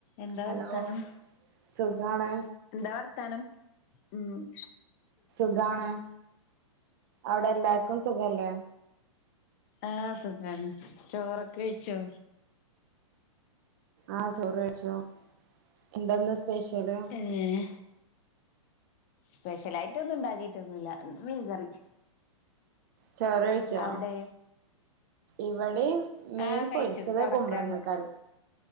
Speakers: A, on the left; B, on the right.
A: എന്താ
B: ഹലോ
A: വർത്താനം?
B: സുഖാണ്
A: എന്താ വർത്താനം? ഉം
B: സുഖാണ്. അവിടെല്ലാർക്കും സുഖല്ലേ?
A: ആഹ് സുഖാണ്. ചോറൊക്കെ വെയ്ച്ചോ?
B: ആഹ് ചോറ് കഴിച്ചു. എന്താന്ന് സ്പെഷ്യല്?
A: ഏഹ്. സ്പെഷ്യലായിട്ടൊന്നും ണ്ടാക്കിട്ടൊന്നുല്ല. ഇന്ന് മീൻകറി.
B: ചോറ് കഴിച്ചോ?
A: അവിടെ
B: ഇവടിം മീൻ
A: ആഹ് കഴിച്ചു
B: പൊരിച്ചത്
A: കടക്കാൻ
B: കുമ്പളങ്ങ കറി.